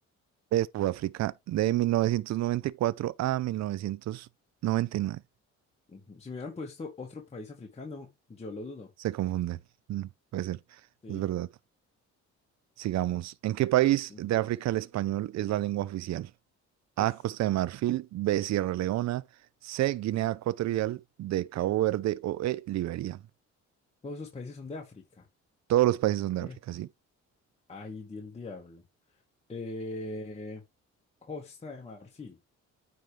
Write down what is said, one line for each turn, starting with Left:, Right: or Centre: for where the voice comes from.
Right: de Sudáfrica de 1994 a 1999.
Left: Ujú. Si me hubieran puesto otro país africano, yo lo dudo.
Right: Se confunde. Mm, Puede ser.
Left: Sí.
Right: Es verdad. Sigamos. ¿En qué país
Left: Ujú.
Right: de África el español es la lengua oficial? A.
Left: Uf,
Right: Costa de Marfil. B. Sierra Leona. C. Guinea Ecuatorial. D. Cabo Verde. O E. Liberia.
Left: todos esos países son de África.
Right: Todos los países son de
Left: Eh.
Right: África, sí.
Left: Ay, di el diablo. Eh, Costa de Marfil.